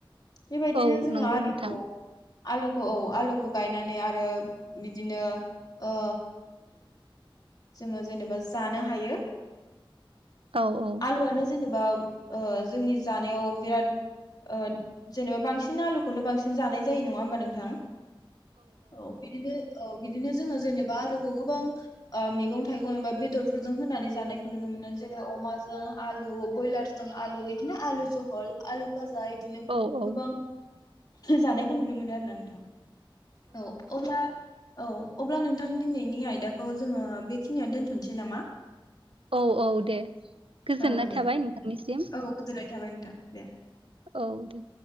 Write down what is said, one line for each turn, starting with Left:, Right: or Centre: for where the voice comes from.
Left: बेबायदिनो
Right: औ
Left: जोङो
Right: नंगौ
Left: आलुखौ
Right: नोंथां
Left: आलुखौ औ आलुखौ गायनानै आरो बिदिनो ओ जोङो जेनेबा जानो हायो।
Right: औ औ
Left: आलुवानो जेने बा ओ जोंनि जानायाव बिराद ओ जेनेबा बांसिन आलुखौनो बांसिन जानाय जायो नङा होमबा नोंथां। औ बिदिनो औ बिदिनो जोङो जेनेबा आलु खौ गोबां ओ मैगं-थाइगं एबा बेदरफोरजों होनानै जानायखौ नुनो मोनो । जेरै अमाजों आलु, ब्रयलारजों आलु बिदिनो आलु जहल आलु पा जा बिदिनो
Right: औ औ
Left: गोबां। जानायखौ नुनो मोनो आरो ना नोंथां। औ अब्ला औ अब्ला नोंथां दिनैनि आयदाखौ जोङो बेखिनियावनो दोनथ'नोसै नामाी?
Right: औ औ दे गोजोननाय
Left: औ दे
Right: थाबाय नोंथांनिसिम।
Left: औ गोजोननाय थाबाय नोंथां दे।
Right: औ दे।